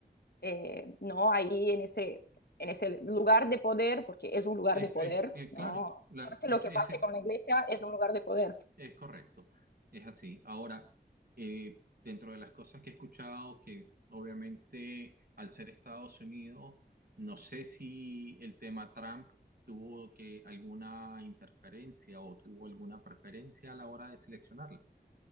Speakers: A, on the left; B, on the right.
A: eh, ¿no? Ahí en ese, en ese lugar de poder, porque es un lugar
B: es,
A: de poder,
B: es eh,
A: ¿no?
B: claro, la,
A: Pase
B: ese
A: lo que pase
B: ese es,
A: con la iglesia, es un lugar de poder.
B: es correcto, es así. Ahora, eh, dentro de las cosas que he escuchado, que obviamente al ser Estados Unidos, no sé si el tema Trump tuvo que alguna interferencia o tuvo alguna preferencia a la hora de seleccionarla,